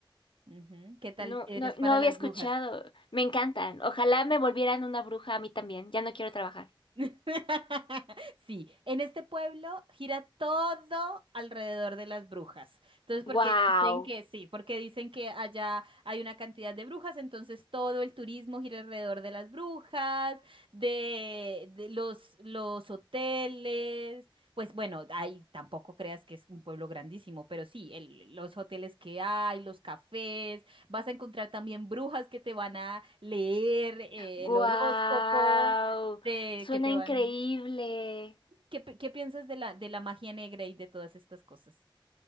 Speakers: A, on the right; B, on the left.
A: Ujú. ¿Qué tal
B: No,
A: eres
B: no,
A: para
B: no había
A: las
B: escuchado.
A: brujas?
B: Me encantan. Ojalá me volvieran una bruja a mí también. Ya no quiero trabajar.
A: <laughs> Sí, en este pueblo gira todo alrededor de las brujas. Entonces, porque
B: Guau.
A: dicen que sí, porque dicen que allá hay una cantidad de brujas, entonces todo el turismo gira alrededor de las brujas, de, de los, los hoteles. Pues bueno, ahí tampoco creas que es un pueblo grandísimo, pero sí, el- los hoteles que hay, los cafés, vas a encontrar también brujas que te van a leer eh,
B: Guau.
A: el horóscopo de
B: Suena
A: que te van.
B: increíble.
A: ¿Qué, pi- qué piensas de la, de la magia negra y de todas estas cosas?